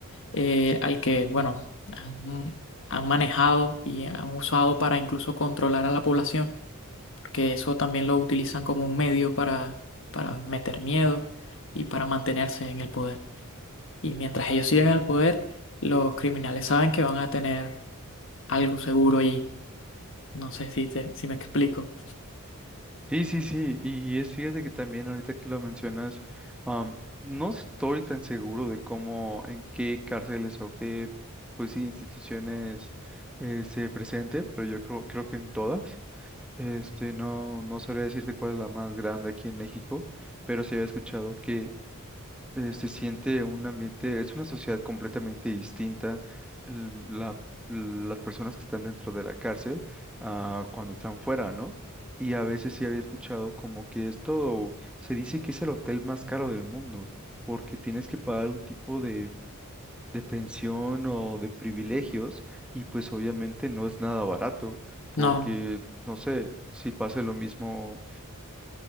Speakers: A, on the left (about 60°); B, in the centre.
A: eh, al que, bueno, han, han manejado y han usado para incluso controlar a la población, porque eso también lo utilizan como un medio para, para meter miedo y para mantenerse en el poder. Y mientras ellos sigan el poder, los criminales saben que van a tener algo seguro allí no sé si, te, si me explico.
B: Sí, sí, sí, y es fíjate que también ahorita que lo mencionas, am, no estoy tan seguro de cómo, en qué cárceles o qué, pues sí, instituciones eh, se presente, pero yo creo, creo que en todas. Este, no, no sabría decirte cuál es la más grande aquí en México, pero sí había escuchado que eh, se siente un ambiente, es una sociedad completamente distinta. l- La, las personas que están dentro de la cárcel a cuando están fuera, ¿no? Y a veces sí había escuchado como que es todo, se dice que es el hotel más caro del mundo, porque tienes que pagar un tipo de, de pensión o de privilegios, y pues obviamente no es nada barato, porque
A: No,
B: no sé si pase lo mismo